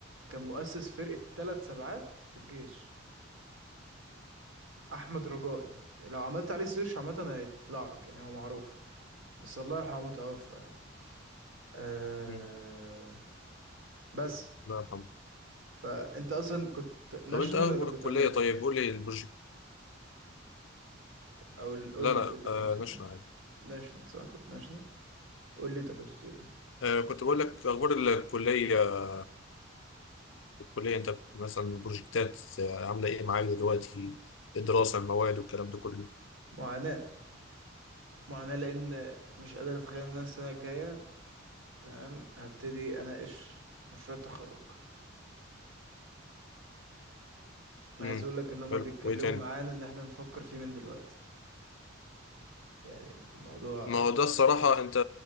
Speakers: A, on the right; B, on the left.
A: كان مؤسس فرقة ثلاث سبعات في الجيش أحمد رجائي لو عملت عليه سيرش عامة هيطلع لك يعني هو معروف بس الله يرحمه متوفى يعني أه
B: مم.
A: بس
B: الله يرحمه
A: فأنت أصلا كنت ناشونال
B: طب أنت أخبار
A: ولا كنت
B: الكلية
A: أمريكان؟
B: طيب قول لي البروجكت
A: أو ال- قول
B: لا لا
A: لي قول لي
B: آه
A: أنت بتقول
B: نشرح
A: إيه
B: عليه
A: ناشونال صح كنت ناشونال قول لي أنت كنت بتقول إيه
B: آه كنت بقول لك أخبار الكلية الكلية أنت مثلا البروجكتات آه، عاملة إيه معاك دلوقتي الدراسة المواد والكلام ده كله
A: معاناة معاناة لأن مش قادر أتخيل إن أنا السنة الجاية تمام هبتدي أناقش مشروع التخرج انا
B: امم
A: عايز اقول لك ان هما
B: حلو
A: بيتكلموا
B: وإيه تاني؟
A: معانا ان احنا نفكر فيه من دلوقتي يعني الموضوع
B: ما هو ده الصراحة أنت